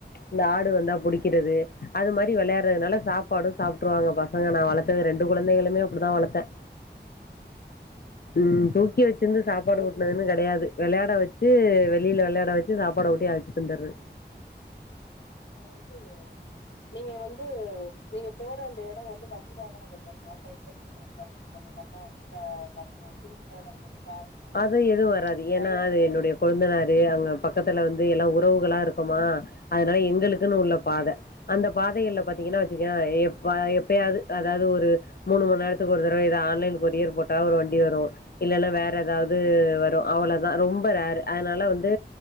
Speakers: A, on the left; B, on the left.
A: இந்த ஆடு வந்தா புடிக்கிறது அது மாரி வெளயாட்றதுனால சாப்பாடு சாப்ட்ருவாங்க பசங்க நா வளர்த்தது ரெண்டு குழந்தைகளுமே அப்டிதா வளத்தே
B: <inaudible> <inaudible>
A: ம் தூக்கி வ ச்சிந்து சாப்பாடுவூட்னதுன்னு
B: நமக்கு
A: கெடயாது வெளயாட வச்சு வெளில வெளயாட வச்சு சாப்பாட ஊட்டி அழச்சிட் வந்துர்றது
B: ஆ இது நீங்க வந்து நீங்க போற அந்த இடோ வந்து வன்டி வாகனங்கள் வருமா சைக்கிள் ஓ ட்றதுக் அழச்சிட்டு போறது நம்ம வண்டி வா வரவா டூ வீலர் அந்த மாரி கார் எதுவு வருமா
A: அது எதுவு வராது
B: பயோ
A: ஏனா அது என்னுடைய கொழுந்தனாரு அங்க பக்கத்துல வந்து எல்லா உறவுகளா இருக்கொமா அதனால எங்களுக்குன் உள்ள பாத அந்த பாதைகள்ல பாத்தீங்கன்னா வச்சுக்கே எப்ப எப்பயாது அதாவ்து ஒரு மூனு மண்நேரத்துக்கு ஒரு தடவ எதா ஆன்லைன் கொரியர் போட்டா ஒரு வண்டி வரு இல்லல்ல வே ற எதாவ்து வரு அவ்ளதா ரொம்ப ரேரு அதனால வந்து